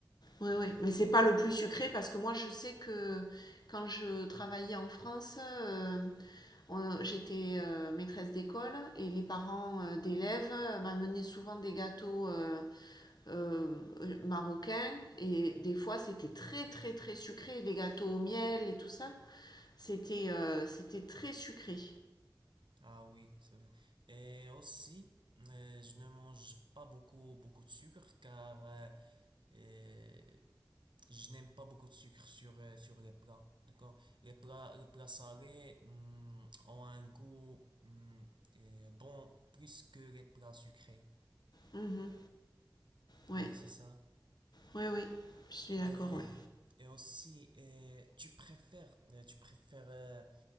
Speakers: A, on the left; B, on the right.
A: Oui, oui, mais c'est pas le plus sucré parce que moi je sais que quand je travaillais en France, euh, on- j'étais euh, maîtresse d'école et les parents euh, d'élèves euh, m'amenaient souvent des gâteaux euh, euh, euh, marocains et des fois c'était très très très sucré, des gâteaux au miel et tout ça. C'était euh, c'était très sucré.
B: Ah oui, c'est vrai. Et aussi, euh, je ne mange pas beaucoup, beaucoup de sucre car euh, euh, Je n'aime pas beaucoup de sucre sur, euh, sur les plats. D'accord? Les plats, les plats salés hum, ont un goût hum, euh, bon plus que les plats sucrés.
A: Mhm. Ouais,
B: Oui, c'est ça.
A: oui, ouais, je suis d'accord,
B: Et,
A: ouais.
B: et aussi, euh, tu préfères, euh, tu préfères euh,